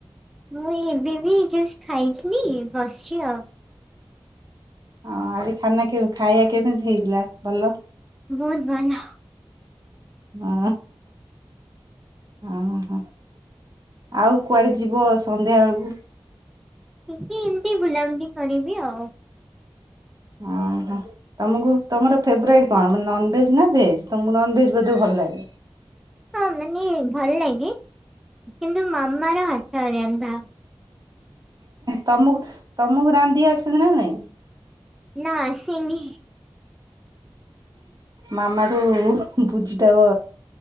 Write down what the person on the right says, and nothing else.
ହଁ ଆଜି ଖାନା କେ, ଖାଇବା କେମିତି ହେଇଥିଲା, ଭଲ?
ଓ ହ ହୋ ଆଉ କୁଆଡେ ଯିବ ସନ୍ଧ୍ୟାବେଳକୁ?
ଓହୋ, ତମକୁ ତମର ଫେବରଟ କଣ? ମାନେ ନନଭେଜ୍ ନା ଭେଜ? ତମକୁ ନନଭେଜ୍ ଭଲ ଲାଗେ।
ତମକୁ ତମକୁ ରାନ୍ଧି ଆସନ୍ତି ନା ନାଇଁ?
ମାମାଠୁ ବୁଝିଦବ।